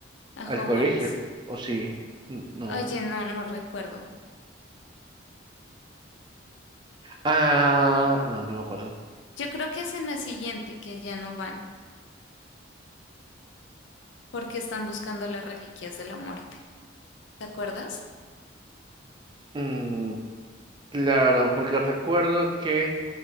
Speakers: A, on the left (about 75°); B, on the right (about 25°).
A: ¿A
B: al
A: Hogwarts?
B: colegio, ¿o sí? N- No.
A: Oye, no, no recuerdo.
B: Ah, no, no me acuerdo.
A: Yo creo que es en la siguiente que ya no van porque están buscando las reliquias de la muerte. ¿Te acuerdas?
B: Mm, claro, porque recuerdo que